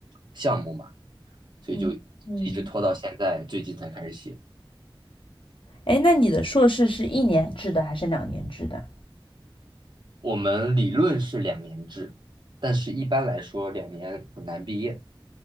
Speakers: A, on the right (about 60°); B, on the left (about 70°).
A: 项目嘛，所以就一直拖到现在，
B: 嗯嗯，
A: 最近才开始写。
B: 哎，那你的硕士是一年制的还是两年制的？
A: 我们理论是两年制，但是一般来说两年很难毕业。